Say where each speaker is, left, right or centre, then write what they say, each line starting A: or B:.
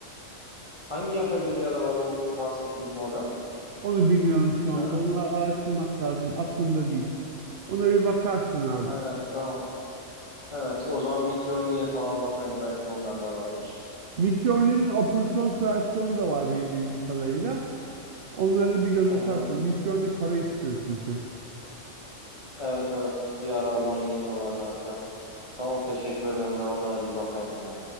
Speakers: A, on the left; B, on the right.
A: Hangi yapay zekada var o bahsettiğin model?
B: Onu bilmiyorum şu anda.
A: şu an?
B: Onu araştırmak lazım. Aklımda değil. Ona bir bakarsın abi.
A: He, tamam. Evet o zaman Midjourney'e falan bakayım belki onlar da vardır.
B: Midjourney'nin open source versiyonu da var benim bildiğim kadarıyla. Onları bir göz
A: Hı
B: atarsın.
A: hı.
B: Midjourney para istiyor çünkü.
A: Evet evet. Bir ara aboneliğim de vardı hatta. Tamam teşekkür ederim ben onlara bir bakayım ya.